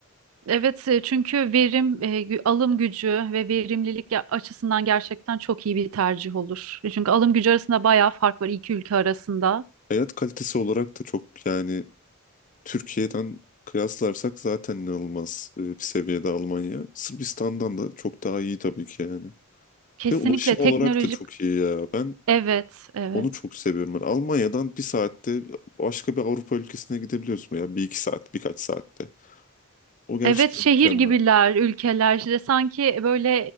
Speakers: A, on the right; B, on the left.
A: Evet, e, çünkü verim, e, gü- alım gücü ve verimlilik ya- açısından gerçekten çok iyi bir tercih olur. E, Çünkü alım gücü arasında bayağı fark var iki ülke arasında.
B: Hayat kalitesi olarak da çok yani Türkiye'den kıyaslarsak zaten inanılmaz e, bir seviyede Almanya. Sırbistan'dan da çok daha iyi tabii ki yani.
A: Kesinlikle
B: Ve ulaşım
A: teknolojik
B: olarak da çok iyi ya. Ben
A: Evet, evet.
B: onu çok seviyorum. Ben Almanya'dan bir saatte başka bir Avrupa ülkesine gidebiliyorsun ya. Bir iki saat, birkaç saatte. O gerçekten
A: Evet, şehir
B: mükemmel.
A: gibiler, ülkeler. İşte sanki e, böyle